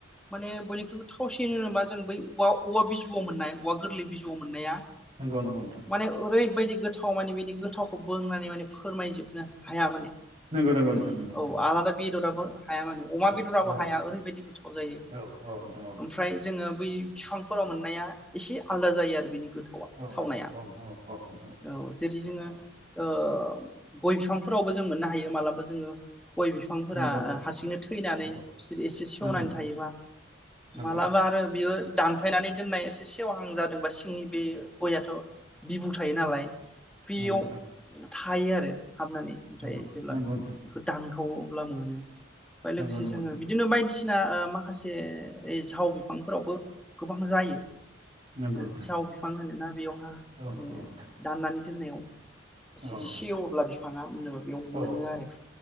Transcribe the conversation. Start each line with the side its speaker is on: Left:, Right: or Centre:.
Centre: माने बयनिख्रुइबो थावसिन होनोबा जों बै औवा औवा बिजौआव मोननाय औवा गोरलै बिजौआव मोननाया
Right: नोंथां
Centre: माने ओरैबायदि गोथाव माने बिनि गोथावखौ बोंनानै माने फोरमायजोबनो हाया माने। ओं
Right: नंगौ नंगौ नोंथां नंगौ नंगौ
Centre: औ आलादा बेदराबो
Right: नोंथां नंगौ
Centre: हाया माने अमा
Right: औ
Centre: बेदराबो
Right: औ नोंथां
Centre: हाया ओरैबायदि गोथाव जायो
Right: औ औ नोंथां
Centre: ओमफ्राय जोङो बै फिफांफोराव मोननाया एसे आलदा जायो आरो बेनि गो थावआ
Right: औ
Centre: थावनाया
Right: औ औ नोंथां औ औ नोंथां
Centre: औ। जेरै जोङो
Right: औ
Centre: ओ गय बिफांफोरावबो जों मोननो हायो मालाबा जोङो गय बिफांफोरा
Right: नंगौ नोंथां
Centre: हारसिंनो थैनानै
Right: नंगौ
Centre: जदि एसे सेवनानै
Right: नंगौ नोंथां
Centre: थायोबा
Right: नंगौ
Centre: मालाबा आरो बियो दानफायनानै दोननाय एसे सेव हां जादोंबा सिंनि बे गयाथ' बिबु थायो नालाय बियाव
Right: नंगौ नोंथां
Centre: थायो आरो। हाबनानै ओमफ्राय
Right: नंगौ
Centre: जेब्ला
Right: नंगौ नोंथां
Centre: बेखौ दान थाव अब्ला मोनो। ओमफ्राय लोगोसे
Right: नंगौ नंगौ
Centre: जोङो
Right: नोंथां
Centre: बिदिनो बायदिस सिना ओ माखासे ओइ साव बिफां फोरावबो गोबां जायो
Right: नंगौ
Centre: जि
Right: नोंथां
Centre: साव बिफां होनोना बेयावहा
Right: औ
Centre: माने
Right: औ नोंथां
Centre: दाननानै दोननायाव एसे
Right: औ नोंथां
Centre: सेवोब्ला बिफ फाङा नो बेयाव
Right: औ
Centre: मोनो आरो।